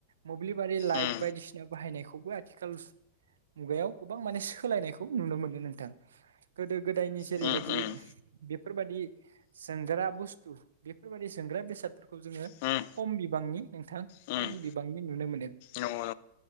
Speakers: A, on the right (about 80°); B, on the left (about 55°).
A: मोब्लिबारि लाइट
B: उम
A: बायदिसिना बाहायनायखौबो आथिखाल मुगायाव गोबां माने सोलायनायखौ नुनो मोनो नोंथां। गोदो गोदायनि जेरैबायदि
B: उम उम
A: बेफोरबायदि जोंग्रा बुस्थु बेफोरबायाददि जोंग्रा बेसादफोरखौ जोङो
B: उम
A: खम बिबांनि नोंथां
B: उम
A: खम बिबांनि नुनो मोनो
B: नंगौ